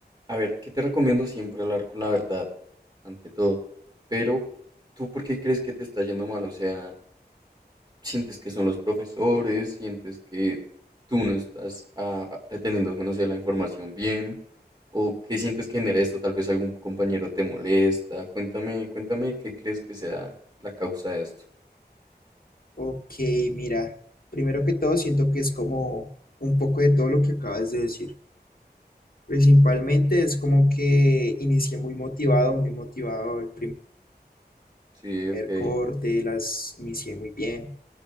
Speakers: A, on the right (about 25°); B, on the left (about 60°).
A: a ver, ¿qué te recomiendo siempre hablar con la verdad, ante todo? Pero, ¿tú por qué crees que te está yendo mal? O sea, sientes que son los profesores, sientes que tú no estás ah, reteniendo, no sé, la información bien, o qué sientes que genera esto, tal vez algún compañero te molesta, cuéntame, cuéntame qué crees que sea la causa de esto.
B: Ok, mira, primero que todo siento que es como un poco de todo lo que acabas de decir. Principalmente es como que inicié muy motivado, muy motivado el primer
A: Sí, ok,
B: corte, las inicié muy bien.